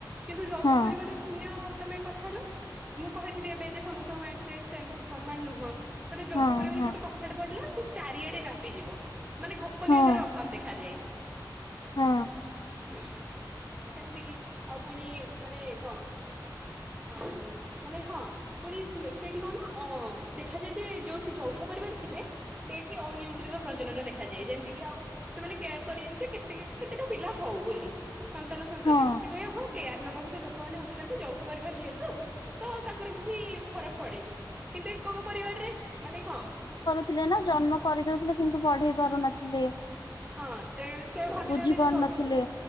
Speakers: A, on the right; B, on the left.
A: କିନ୍ତୁ ଯୌଥ
B: ହଁ
A: ପରିବାର ଧନ୍ୟ ତମେ କଥା ହେଲ ମୁଁ କହିଥିଲି ଏବେ ଯେ ସମସ୍ତଙ୍କ ମାଇଣ୍ଡ ସେଟ ସେ ସମାନ ନୁହଁ। ଥରେ ଯୋଉଥ
B: ହଁ
A: ପରିବାର
B: ହଁ
A: ଗୋଟେ କଥା ଟେ ପଡିଲା ସେ ଚାରିଆଡେ ବ୍ୟାପିଯିବ। ମାନେ ଗୋପନୀୟତାର
B: ହଁ
A: ଅଭାବ ଦେଖାାଯାଏ।
B: ହଁ।
A: ସେମିତି କିି ଆଉ ପୁଣି ମାନେ କଁ ଅ ଉଁ ମାନେ ହଁ। ପୁଣି ସେଇଠି କଣ ନା ଅ ଦେଖାଯାଏ ଯେ ଯୋଉଠି ଯୌଥ ପରିବାର ଥିବେ ସେଇଠି ଅନିୟନ୍ତ୍ରିତ ପ୍ରଜଜନ ଦେଖାଯାଏ ଯେମିତିକି ଆଉ ସେମାନେ କେୟାର କରିବେନି ଯେ କେତେ କେତେଟା ପିଲା ହଉ ବୋଲି ସନ୍ତାନ ସଂତଦି
B: ହଁ
A: ସେ କହିବେ ହଁ କେୟାର ନବାକୁ ତ ଲୋକମାନେ ଅଛନ୍ତି। ଥାନ୍ତି ଯୌଥ ପରିବାର ଯେହେତୁ ତ ତାଙ୍କର କିଛି ଫରକ ପଡେନି। କିନ୍ତୁ ଏକକ ପରିବାରରେ ମାନେ କଣ?
B: ଥିଲେ ନା ଜନ୍ମ କରିଦଉଥିଲେ କିନ୍ତୁ ପଢେଇ ପାରୁନଥିଲେ।
A: ହଁ ତେଣୁ ସେ ଭାବିଦିଅନ୍ତି
B: ବୁଝି ପାରୁନଥିଲେ
A: ଯେ ଯୌଥ ଘର